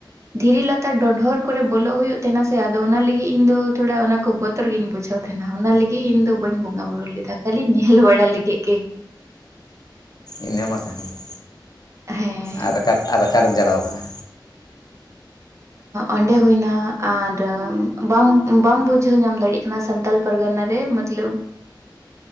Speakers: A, on the right; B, on the left.
A: ᱫᱷᱤᱨᱤ ᱞᱟᱛᱟᱨ ᱰᱚᱸᱰᱷᱚᱨ ᱠᱚᱨᱮ ᱵᱚᱞᱚᱜ ᱫᱷᱤᱨᱤ ᱞᱟᱛᱟᱨ ᱰᱚᱰᱷᱚᱨ ᱠᱚ ᱵᱚᱞᱚ ᱦᱩᱭᱩᱜ ᱛᱟᱦᱮᱱᱟ ᱥᱮ ᱟᱫᱚ ᱚᱱᱟ ᱞᱟᱹᱜᱤᱫ ᱤᱧᱫᱚ ᱛᱷᱚᱲᱟ ᱚᱱᱟᱠᱚ ᱵᱚᱛᱚᱨ ᱜᱤᱧ ᱵᱩᱡᱷᱟᱹᱣᱫᱟ ᱛᱟᱦᱮᱱᱟ ᱚᱱᱟ ᱞᱟᱹᱜᱤᱫ ᱤᱧ ᱫᱚ ᱵᱟᱹᱧ ᱵᱚᱸᱜᱟ ᱵᱩᱨᱩ ᱞᱮᱫᱟ ᱠᱷᱟᱹᱞᱤ ᱧᱮᱞ ᱵᱟᱲᱟ ᱞᱟᱹᱜᱤᱫ ᱜᱮ
B: ᱤᱱᱟᱹ ᱢᱟ ᱠᱟᱱ ᱜᱮᱭᱟᱹ
A: ᱦᱮᱸ
B: ᱟᱨ ᱟᱨ ᱚᱠᱟᱨᱮᱢ ᱪᱟᱞᱟᱣ ᱟᱠᱟᱱᱟ
A: ᱚᱸᱰᱮ ᱦᱩᱭᱱᱟ ᱟᱨ ᱵᱟ ᱵᱟᱢ ᱵᱩᱡᱷᱟᱹᱣ ᱧᱟᱢ ᱫᱟᱲᱮᱭᱟᱜ ᱠᱟᱱᱟ ᱥᱟᱱᱛᱟᱞ ᱯᱜᱟᱱᱟ ᱨᱮ ᱢᱚᱛᱞᱚᱵ